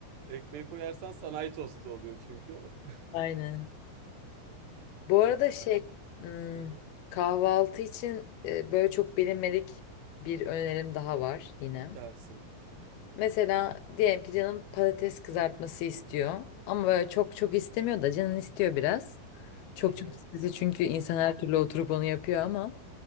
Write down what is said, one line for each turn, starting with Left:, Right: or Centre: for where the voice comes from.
Right: ekmeği koyarsan sanayi tostu oluyor çünkü. <laughs>
Left: Aynen. Bu arada
Right: Ya,
Left: şey hmm,
Right: hı hı,
Left: kahvaltı için e, böyle çok bilinmedik bir önerim daha var yine.
Right: gelsin.
Left: Mesela diyelim ki canım patates kızartması istiyor ama böyle çok çok istemiyor da canın istiyor biraz. Çok
Right: Hı hı,
Left: çok istese çünkü insan her türlü oturup onu yapıyor ama.